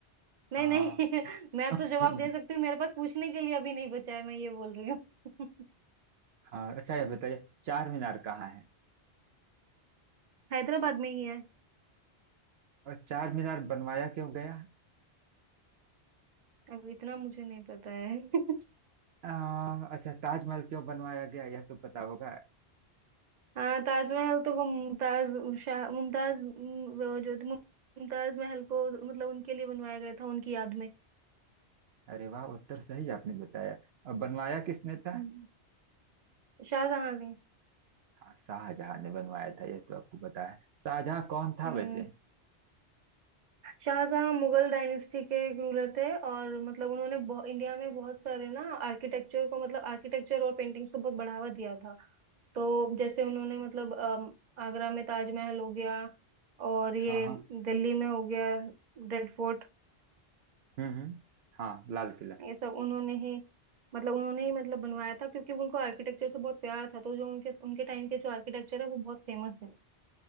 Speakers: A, on the right; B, on the right.
A: नहीं
B: हाँ
A: नहीं <laughs> मैं
B: <laughs>
A: तो जवाब दे सकती हूँ मेरे पास पूछने के लिए अभी नहीं बचा है मैं ये बोल रही हूँ <laughs>
B: हाँ अच्छा यह बताइए चार मीनार कहाँ है
A: हैदराबाद में ही है
B: और चार मीनार बनवाया क्यों गया
A: अब इतना मुझे नहीं पता है <laughs>
B: आ, अच्छा ताजमहल क्यों बनवाया गया यह तो पता होगा
A: हाँ ताजमहल तो वो मुमताज शाह मुमताज मुम- वो जो थी, मुमताज महल को मतलब उनके लिए बनवाया गया था उनकी याद में
B: अरे वाह उत्तर सही आपने बताया अब बनवाया किसने था
A: हम्म। शाहजहां ने
B: हाँ शाहजहां ने बनवाया था यह तो आपको पता है शाहजहां कौन था
A: हम्म
B: वैसे
A: शाहजहां मुगल डायनेस्टी के एक रूलर थे और मतलब उन्होंने बहु- इंडिया में बहुत सारे ना आर्किटेक्चर को मतलब आर्किटेक्चर और पेंटिंग्स को बहुत बढ़ावा दिया था तो जैसे उन्होंने मतलब अम, आगरा में ताजमहल हो गया और ये
B: हाँ हाँ
A: दिल्ली में हो गया रेड फोर्ट
B: हम्म हम्म, हाँ लाल किला
A: ये सब उन्होंने ही मतलब उन्होंने ही मतलब बनवाया था क्योंकि उनको आर्किटेक्चर से बहुत प्यार था तो जो उनके उनके टाइम के जो आर्किटेक्चर है वो बहुत फेमस है